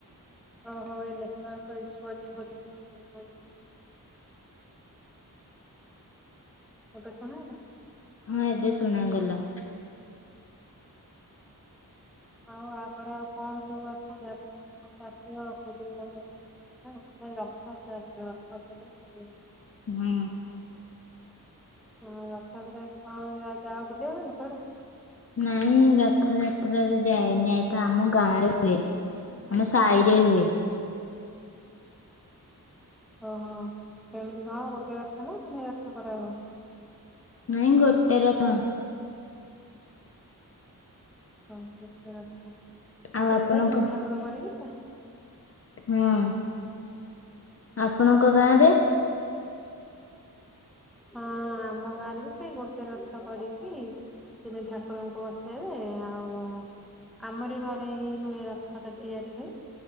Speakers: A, in the centre; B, on the left.
A: ଓଁ ହଁ, ଏ ନେଟୱାର୍କ ଇସୁ ଅଛି ବଧେ <unintelligible> ଏବେ ଶୁଣାହେଲା
B: ହଁ, ଏବେ ଶୁଣାଗଲା
A: ଆଉ ଆପରେ ଆଉ କଣ ସବୁ ଆସିବ? ଯାହା ଆସିବ ଆଉ, ଖୁଦୁରୁକୁଣୀ ଆସି ହଁ, ରଥଯାତ୍ରା ଆସିବ, ରଥଯାତ୍ରା ଖୁଦୁରୁକୁଣୀ। ପରେ
B: ହୁଁ।
A: ହଁ, ରଥଯାତ୍ରାରେ କଣ ଯାଅ ବୁଲିବା ପାଇଁ କୁଆଡେ?
B: ନାଇଁ ରଥଯାତ୍ରାରେ ଯାଏନି, ଏ ତ ଆମ ଗାଁରେ ହୁଏ। ଆମ ସାଇରେ ହୁଏ।
A: ଓହୋ, କେମିତି କଣ ଗୋଟେ ରଥ ନା ତିନି ରଥ କରାହୁଏ?
B: ନାଇଁ ଗୋଟେ ରଥ
A: ହଁ ଗୋଟେ ରଥ,
B: ଆଉ
A: ଗୋଟେ
B: ଆପଣଙ୍କ
A: ରଥ ତିନି ଠାକୁର କରିକି ତା
B: ହଁ, ଆପଣଙ୍କ ଗାଁରେ?
A: ହଁ, ଆମ ଗାଁରେବି ସେଇ ଗୋଟେ ରଥ କରିକି ତିନି ଠାକୁରଙ୍କୁ ବସେଇବେ, ଆଉ ଆମରି ଘରେ ହିଁ ହୁଏ, ରଥ ଟା ତିଆରି ହୁଏ,